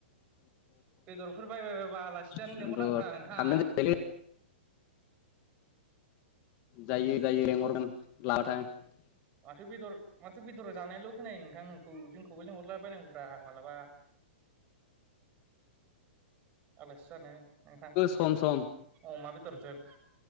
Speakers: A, on the right (about 25°); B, on the left (about 30°).
A: बेदरफोर बायबाय बाबा आलासि जानो
B: खिन्थु
A: लेंंहरनांगौब्रा नोंथां।
B: थांगोन जायोलै जायो जायो लेंहरगोन <unintelligible>
A: माथो बेदर माथो बेदर जानायल' खोनायो नों नोंथां नोंखौ जोंखौबो लेंहरलाबायनांगौरा मालाबा। आलासि जानो नोंथां
B: सम सम
A: अमा बेदरजों।